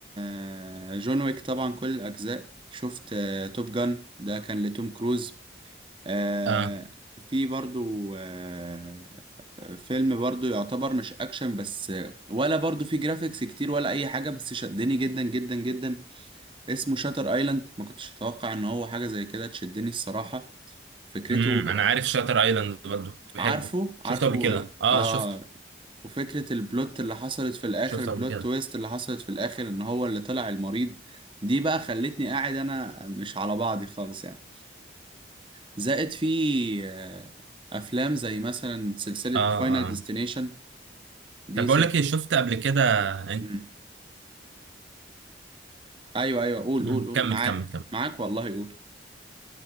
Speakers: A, on the right; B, on the right.
A: آه جون ويك طبعا كل الأجزاء شفت آه توب جان ده كان لتوم كروز آه
B: اه
A: في برضو آه فيلم برضو يعتبر مش اكشن بس ولا برضو في جرافيكس كتير ولا اي حاجة بس شدني جدا جدا جدا اسمه شاتر ايلاند ما كنتش اتوقع ان هو حاجة زي كده تشدني الصراحة فكرته
B: امم انا عارف شاتر ايلاند برضه كنت بحبه
A: عارفه
B: شفته
A: عارفه
B: قبل كده
A: يعني
B: اه
A: اه
B: شفته
A: وفكرة البلوت اللي حصلت في الاخر
B: شفته
A: البلوت
B: قبل كده
A: تويست اللي حصلت في الاخر ان هو اللي طلع المريض دي بقى خلتني قاعد انا مش على بعضي خالص يعني زائد في آه، افلام زي مثلا سلسلة
B: اه
A: فاينل
B: اه
A: ديستنيشن دي
B: طب
A: سل...
B: بقول لك ايه شفت قبل كده انت
A: مم. ايوه ايوه قول
B: مم،
A: قول قول
B: كمل
A: معاك
B: كمل كمل
A: معاك والله قول